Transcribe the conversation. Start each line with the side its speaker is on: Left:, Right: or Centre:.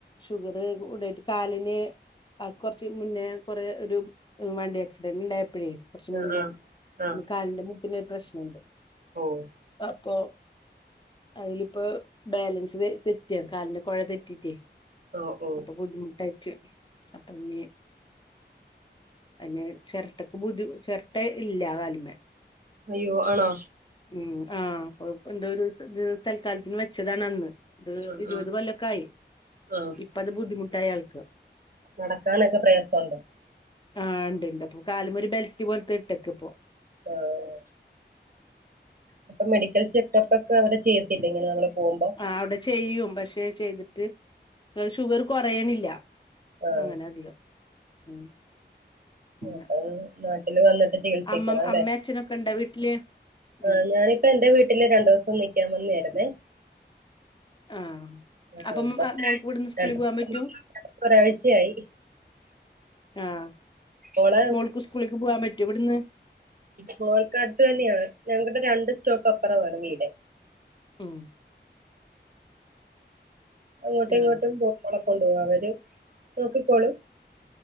Left: ഷുഗർ കൂടായിട്ട് കാലിന് ആൾക്ക് കൊറച്ച് മുന്നേ കൊറെ ഒരു വണ്ടി ആക്സിഡന്റ്ണ്ടായപ്പഴേ കൊറച്ച്
Right: ആ
Left: മുന്നേ
Right: ആ
Left: കാലിന്റെ മുട്ടിനൊരു പ്രശ്നണ്ട്
Right: ഓഹ്
Left: അപ്പൊ അയ്ലിപ്പോ ബാലൻസ് തെ തെറ്റ കാലിന്റെ കൊഴ തെറ്റീട്ടേ
Right: ഓ ഓ
Left: അപ്പൊ ബുദ്ധിമുട്ടായിട്ട് അപ്പഞ്ഞ് അങ്ങനെ ചേരട്ടക്ക് ബുദ്ധിമു ചേര്ട്ട ഇല്ല കാല്മ്മേ
Right: അയ്യോ ആണോ
Left: ഉം ആഹ് അപ്പൊ എന്തോ ഒര് <unintelligible> തൽക്കാലത്തിന് വെച്ചതാണ് അന്ന് ഇത്
Right: ആ
Left: ഇരുപത്
Right: ആ
Left: കൊല്ലോക്കെ ആയി
Right: ആ
Left: ഇപ്പത് ബുദ്ധിമുട്ടായാൾക്ക്
Right: നടക്കാനൊക്കെ പ്രയാസമുണ്ടോ
Left: ആഹ് ഇണ്ട്ണ്ട് അപ്പൊ കാലമൊരു ബെൽറ്റ് പോലത്തെ ഇട്ടക്കപ്പോ
Right: ആഹ് അപ്പ മെഡിക്കൽ ചെക്കപ്പോക്കെ അവടെ ചെയ്യത്തില്ലേ ഇങ്ങനെ നമ്മള് പോവുമ്പം
Left: ആഹ് അവിടെ ചെയ്യും പക്ഷെ ചെയ്തിട്ട് ഷുഗറ് കൊറയ്ണില്ല
Right: ആ
Left: അങ്ങനധികം ഉം അങ്ങനെ
Right: അപ്പൊ നാട്ടില് വന്നിട്ട് ചികിത്സിക്കണം
Left: അമ്മ അമ്മ അച്ഛനൊക്കെണ്ടോ വീട്ടില് ഉം
Right: ആഹ് ഞാനിപ്പ എന്റെ വീട്ടില് രണ്ടൂസം നിക്കാൻ വന്നായിരുന്നേ
Left: ആഹ്
Right: ആ
Left: അപ്പം
Right: ഇപ്പം
Left: മോൾക്ക് ഇവിടെന്ന് സ്കൂളി
Right: രണ്ട്
Left: പോവാൻ പറ്റും
Right: ഒരാഴ്ചയായി
Left: ആഹ്
Right: മോളെ
Left: മോൾക്ക് സ്കൂള്ക്ക് പോവാൻ പറ്റൊ ഇവിട്ന്ന്
Right: കോഴ്ക്കാട്ത്തി തന്നെയാണ് ഞങ്ങള്ത് രണ്ട് സ്റ്റോപ്പ് അപ്പുറവാണ് വീടെ
Left: ഉം
Right: അങ്ങോട്ടും ഇങ്ങോട്ടും
Left: ആഹ്
Right: പോകുമ്പോളെ കൊണ്ടോവും അവര് നോക്കിക്കോളും